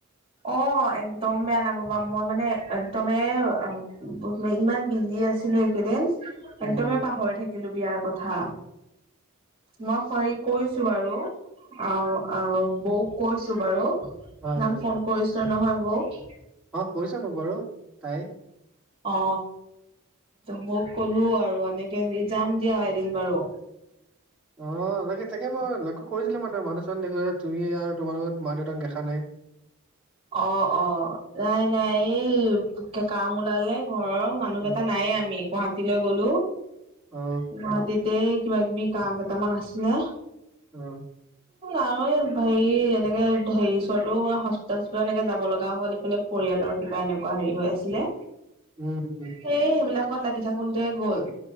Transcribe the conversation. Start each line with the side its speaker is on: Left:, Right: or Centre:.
Right: অ একদম বেয়া নাপাবা, মই মানে একদমেই আ ব ইমান বিজি আছিলো একেইদিন,
Centre: উম
Right: একদমেই পাহৰি থাকিলো বিয়াৰ কথা। মই হেৰি কৈছো বাৰু। আও আৰু বৌক কৈছো বাৰু,
Centre: হয়
Right: ইমান
Centre: হয়
Right: ফোন কৰিছো নহয় বৌক।
Centre: অ কৈছ মোক বাৰু তাই।
Right: অ। মই ক'লো আৰু এনেকে হেৰি যাম দিয়া এদিন বাৰু।
Centre: অঁ তাকে তাকে মই লক্ষ্য কৰিছিলোঁ মানে মানুহজন দেখ যে তুমি আৰু তোমাৰ লগত মা - দেউতাক দেখা নাই।
Right: অ অ, নাই নাই এই কাম ওলালে ঘৰৰ। মানুহক
Centre: অ
Right: এটা নাই আমি গুৱাহাটীলৈ গলো,
Centre: অ
Right: গুৱাহাটীত তে কিবা - কিবি কাম কেইটামান আছিলে।
Centre: অহ।
Right: আৰু এই হেৰি এনেকে হেৰি ওচৰতটো মই হস তাৰপিছত এনেকে যাব লগা হ'ল, এইফালে পৰিয়ালৰ কিবা এনেকুৱা হেৰি হৈ আছিলে,
Centre: উম উম
Right: সেই - সেইবিলাক লগত লাগি থাকোনতে গ'ল